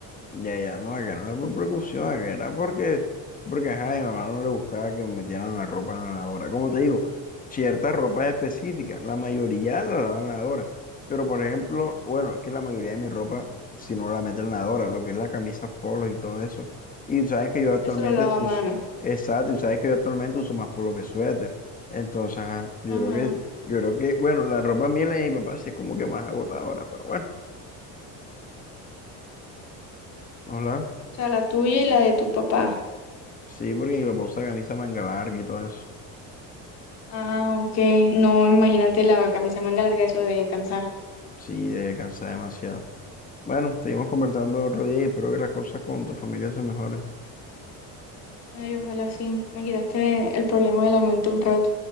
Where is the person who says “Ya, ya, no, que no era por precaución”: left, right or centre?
Left